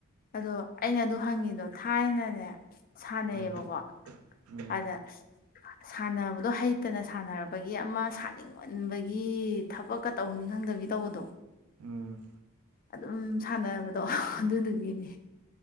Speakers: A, on the left (about 40°); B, on the right (about 70°).
A: ꯑꯗꯣ ꯑꯩꯅ ꯑꯗꯨ ꯍꯪꯉꯤꯗꯣ ꯊꯥꯏꯅꯅꯦ ꯁꯥꯟꯅꯩꯌꯦꯕꯀꯣ
B: ꯑ ꯎꯝ
A: ꯑꯗ ꯁꯥꯟꯅꯕꯗꯣ ꯍꯩꯇꯅ ꯁꯥꯟꯅꯔꯕꯒꯤ ꯑꯃ ꯁꯥꯥꯟꯅꯤꯡ ꯉꯟꯕꯒꯤ ꯊꯕꯛꯀ ꯇꯧꯅꯤ ꯈꯪꯗꯕꯤ ꯇꯧꯕꯗꯣ꯫
B: ꯎꯝ
A: ꯑꯗꯨꯝ ꯁꯥꯟꯅꯕꯗꯣ ꯑꯗꯨꯗꯨꯒꯤꯅꯦ꯫